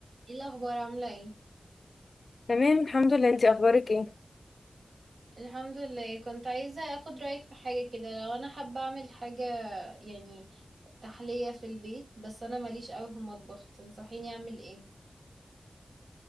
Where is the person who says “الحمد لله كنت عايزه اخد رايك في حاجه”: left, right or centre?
Right